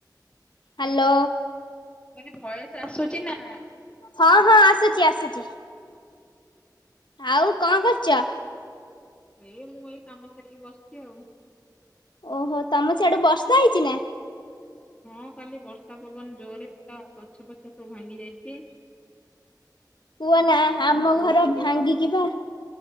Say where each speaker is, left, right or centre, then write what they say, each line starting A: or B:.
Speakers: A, on the left; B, on the left.
A: ହାଲୋ।
B: ମାନେ ଭଏସ୍ ଆସୁଛି ନା।
A: ହଁ ହଁ ଆସୁଚି ଆସୁଚି। ଆଉ କଁ କରୁଚ।
B: ଏ ମୁଁ ଏଇ କାମ ସାରିକି ବସିଛି ଆଉ।
A: ଓହୋ ତମ ସିଆଡୁ ବର୍ଷା ହେଇଚି ନା।
B: ହଁ କାଲି ବର୍ଷା ପବନ ଜୋରେ ପୁରା ଗଛ ପଛ ସବୁ ଭାଙ୍ଗି ଯାଇଚି।
A: କୁଅ ନା ଆମ ଘର
B: ଯାଇଛି
A: ଭାଙ୍ଗିକି ବା